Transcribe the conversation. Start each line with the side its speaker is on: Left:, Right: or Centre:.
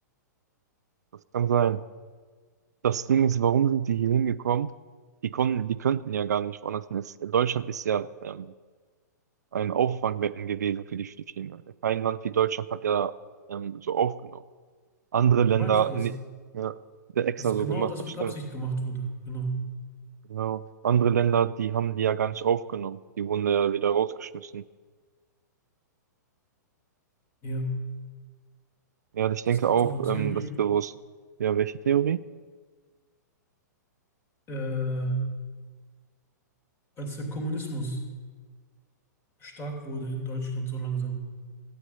Right: Das kann sein. Das Ding ist, warum sind die hier hingekommen? Die konnten, die könnten ja gar nicht woanders hin. Es- Deutschland ist ja ähm, ein Auffangbecken gewesen für die Flüchtlinge. Kein Land wie Deutschland hat ja ähm, so aufgenommen. Andere Länder,
Left: Da meine ich ja, dass,
Right: nee, ja, der extra
Left: dass
Right: so
Left: genau
Right: gemacht,
Left: das
Right: das
Left: mit
Right: stimmt.
Left: Absicht gemacht wurde. Genau.
Right: Genau. Andere Länder, die haben die ja gar nicht aufgenommen. Die wurden ja wieder rausgeschmissen.
Left: Ja,
Right: Ja, ich denke
Left: es gibt
Right: auch,
Left: so eine Theorie,
Right: ähm, das ist bewusst. Ja, welche Theorie?
Left: äh, als der Kommunismus stark wurde in Deutschland so langsam,